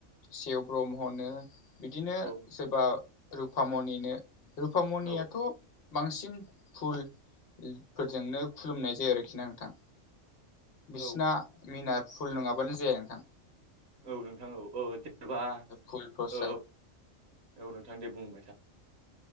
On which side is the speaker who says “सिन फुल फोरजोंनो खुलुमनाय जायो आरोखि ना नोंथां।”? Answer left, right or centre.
Left